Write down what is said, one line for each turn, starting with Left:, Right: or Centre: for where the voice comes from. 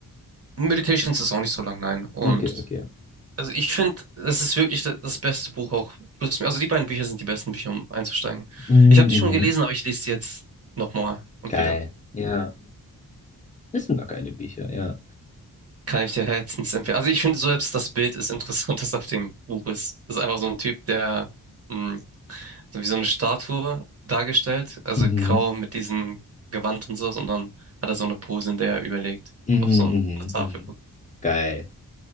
Right: Meditations ist auch nicht so lang, nein. Und
Left: Okay, okay.
Right: Also ich finde, das ist wirklich da- das beste Buch auch. Plus- Also die beiden Bücher sind die besten Bücher, um einzusteigen.
Left: Mm,
Right: Ich habe die
Left: Mhm.
Right: schon gelesen, aber ich lese sie jetzt nochmal und
Left: Geil.
Right: wieder.
Left: Ja. Das sind doch geile Bücher, ja.
Right: Kann ich dir herzens empfehlen. Also ich finde selbst das Bild ist interessant, <laughs> das auf dem Buch ist. Das ist einfach so ein Typ, der mh, so wie so eine Statue dargestellt, also
Left: Mhm.
Right: grau mit diesem Gewand und sowas und dann hat er so eine Pose, in der er überlegt
Left: Mm,
Right: und auf so eine
Left: Mhm.
Right: Tafel
Left: Mhm.
Right: guckt.
Left: Geil.